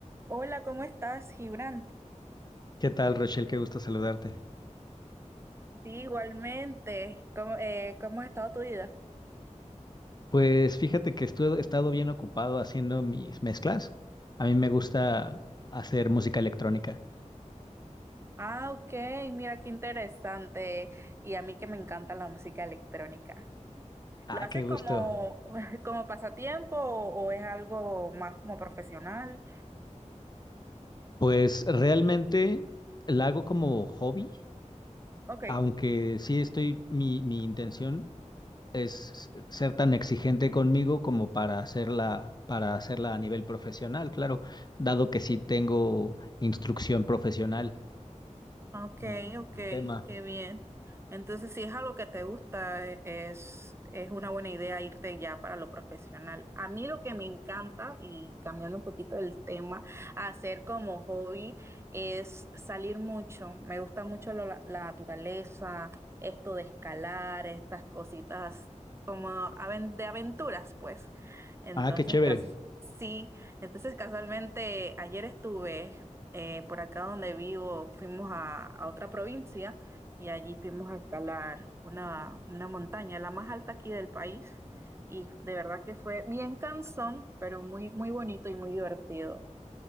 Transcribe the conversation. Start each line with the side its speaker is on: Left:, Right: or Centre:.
Right: Hola, ¿cómo estás, Gibran?
Left: ¿Qué tal, Rochelle? Qué gusto saludarte.
Right: Sí, igualmente. ¿Cómo, eh, cómo ha estado tu vida?
Left: Pues fíjate que estu- he estado bien ocupado haciendo mis mezclas. A mí me gusta hacer música electrónica.
Right: Ah, ok, mira qué interesante. Y a mí que me encanta la música electrónica.
Left: Ah,
Right: ¿Lo haces
Left: qué gusto.
Right: como, <laughs> como pasatiempo o, o es algo más como profesional?
Left: Pues realmente la hago como hobby,
Right: Ok.
Left: aunque sí estoy, mi, mi intención es ser tan exigente conmigo como para hacerla, para hacerla a nivel profesional, claro, dado que sí tengo instrucción profesional
Right: Ok,
Left: en en
Right: ok,
Left: el tema.
Right: qué bien. Entonces, si es algo que te gusta, eh, es, es una buena idea irte ya para lo profesional. A mí lo que me encanta, y cambiando un poquito el tema, hacer como hobby es salir mucho. Me gusta mucho lo- la, la naturaleza, esto de escalar, estas cositas como aven- de aventuras, pues. Entonces,
Left: Ah, qué chévere.
Right: cas- sí. Entonces, casualmente, ayer estuve eh, por acá donde vivo fuimos a, a otra provincia y allí fuimos a escalar una, una montaña, la más alta aquí del país. Y de verdad que fue bien cansón, pero muy, muy bonito y muy divertido.